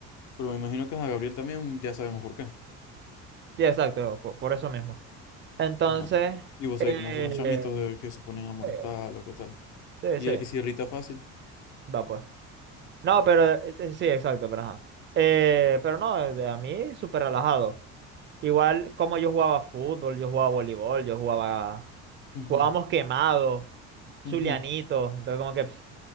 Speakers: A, on the left; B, on the right.
A: Pero me imagino que a Gabriel también ya sabemos por qué.
B: Sí, exacto, po- por eso mismo. Entonces,
A: Ah, y vos
B: eh,
A: sabés cómo son los chamitos de que se ponen a molestar,
B: eh,
A: lo que tal.
B: sí,
A: Y
B: sí,
A: el que se irrita fácil.
B: va pues. No, pero eh, sí, sí, exacto, pero ajá. Eh, pero no, de- a mí súper relajado. Igual como yo jugaba fútbol, yo jugaba voleibol, yo jugaba,
A: Ujú,
B: jugábamos quemado,
A: ujú,
B: zulianito, entonces como que pf,